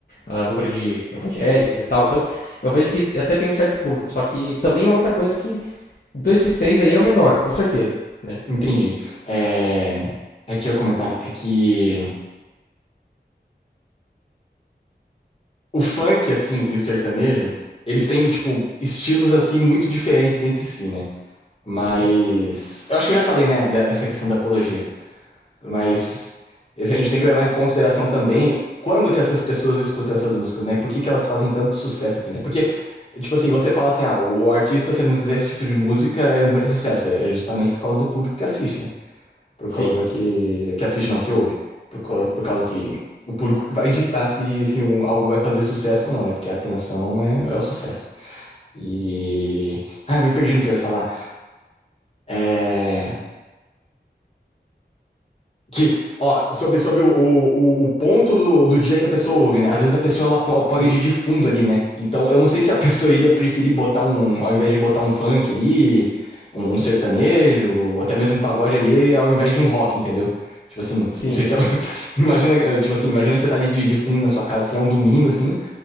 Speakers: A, on the left; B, on the left.
A: a número de evangélicos e tal. Então, eu vejo que até tem um certo público. Só que também é outra coisa que desses três aí é o menor, com certeza, né?
B: entendi. É, é que eu ia comentar, é que o funk, assim, e o sertanejo, eles têm, tipo, estilos, assim, muito diferentes entre si, né. Mas.
A: Uhum.
B: Eu acho que eu já falei, né, de- dessa questão da apologia. Mas isso a gente tem que levar em consideração também quando que essas pessoas escutam essas músicas, né? Por que que elas fazem tanto sucesso aqui, né? Porque, tipo assim, você fala assim, ah, o artista, se ele não fizer esse tipo de música, ele não vai ter sucesso. É justamente por causa do público que assiste, né? Por
A: Sim.
B: causa que. Que assiste, não, que ouve. Por causa, por causa que. O público que vai ditar se, se um- algo vai fazer sucesso ou não, né? Porque a atenção é, é o sucesso. E. Ah, me perdi no que eu ia falar. É. Que, ó, sobre, sobre o, o, o ponto do, do dia que a pessoa ouve, né? Às vezes a pessoa ela po- pode
A: Hum.
B: ir de fundo ali, né? Então eu não sei se a <laughs> pessoa iria preferir botar um, ao invés de botar um funk ali, um, um sertanejo, ou até mesmo um pagode ali, ao invés de um rock, entendeu? Tipo assim,
A: Sim,
B: não sei se.
A: sim.
B: é- <laughs> Imagina, eh, tipo assim, imagina que você tá ali de, de fundo na sua casa, assim, é um domingo, assim.